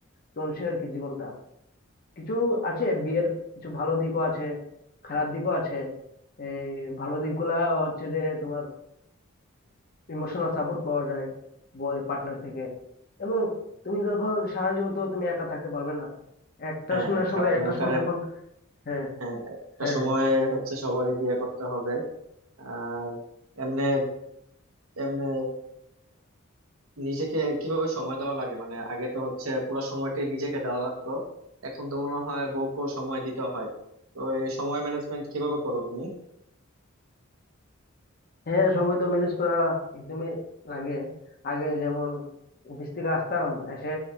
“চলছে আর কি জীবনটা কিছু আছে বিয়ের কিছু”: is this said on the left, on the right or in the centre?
Left